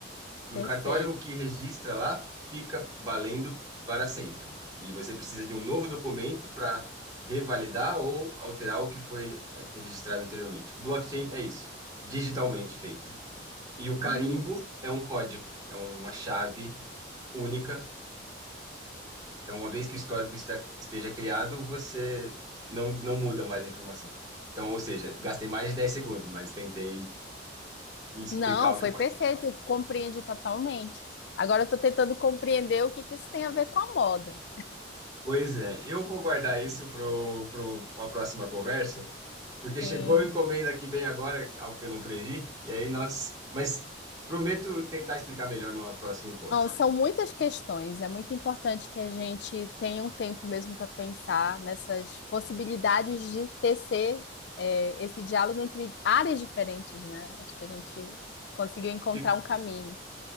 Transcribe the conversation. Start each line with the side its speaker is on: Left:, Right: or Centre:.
Right: No
Left: Perfeito.
Right: cartório, o que registra lá fica valendo para sempre. E você precisa de um novo documento para revalidar ou alterar o que foi eh, registrado anteriormente. O Blockchain é isso, digitalmente feito. E o carimbo
Left: Hum,
Right: é um código, é uma chave única. Então, uma vez que o histórico está- esteja criado, você não, não muda mais a informação. Então, ou seja, gastei mais de 10 segundos, mas tentei explicar
Left: Não,
Right: o
Left: foi
Right: que pode
Left: perfeito.
Right: ser.
Left: Eu compreendi totalmente. Agora eu estou tentando compreender o que que isso tem a ver com a moda.
Right: Pois é, eu vou guardar isso para uma próxima conversa, porque chegou
Left: Sim.
Right: a encomenda aqui bem agora, algo que eu não previ, e aí nós. Mas prometo tentar explicar melhor numa próxima encontro.
Left: Não, são muitas questões. É muito importante que a gente tenha um tempo mesmo para pensar nessas possibilidades de tecer, é, esse diálogo entre áreas diferentes, né? Acho que a gente conseguiu encontrar
Right: Fi-
Left: um caminho.